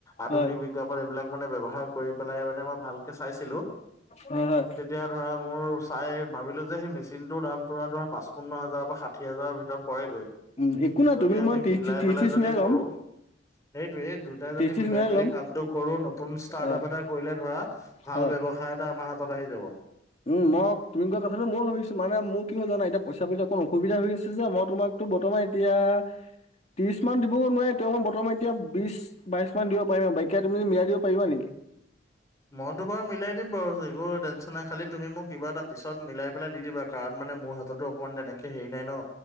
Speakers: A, on the left; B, on the left.
A: আধুনিক
B: হয়
A: বিজ্ঞাপন এইবিলাক মানে ব্যৱহাৰ কৰি পেলাই মানে, মই ভালকে চাইছিলো
B: হয় হয়
A: তেতিয়া ধৰা মোৰ চাই ভাবিলো যে সেই মেচিনটোৰ দাম ধৰা তোমাৰ পাঁচপন্ন হাজাৰ বা ষাঠি হাজাৰৰ ভিতৰত পৰেগৈ।
B: উম একো নাই
A: যদি
B: তুমি
A: আমি
B: মই ত্ৰিশ
A: মিলাই
B: ত্ৰিশ
A: পেলাই
B: ত্ৰিশ
A: যদি
B: মিলাই ল'ম
A: কৰো সেইটোয়েই দুটাই
B: ত্ৰিশ
A: যদি
B: ত্ৰিশ
A: মিলাই মিলি
B: ল'ম
A: কামটো কৰো নতুন ষ্টাৰ্ট
B: অ
A: আপ এটা কৰিলে ধৰা ভাল
B: হয়
A: ব্যৱসায় এটা আমাৰ হাতত আহি যাব।
B: উম, মই তুমি কোৱা কথাটো ময়ো ভাবিছো মানে মোক কি হ'ল জানা এতিয়া পইচা পাতি অকণ অসুবিধা হৈ আছে যে, মই তোমাকতো বৰ্তমান এতিয়া ত্ৰিশ মান দিবগৈ নোৱাৰে, তেওঁ মই বৰ্তমান এতিয়া বিশ বাইশ মান দিব পাৰিম আৰু বাকীকেইটা তুমি মিলাই দিব পাৰা নেকি।
A: মইতো বাৰু মিলাই দিম বাৰু <unintelligible> টেনশ্যন নাই খালি তুমি মোক কিবা এটা পিছত মিলাই পেলাই দি দিবা কাৰণ মানে মোৰ হাততো অকমান তেনেকে হেৰি নাই ন,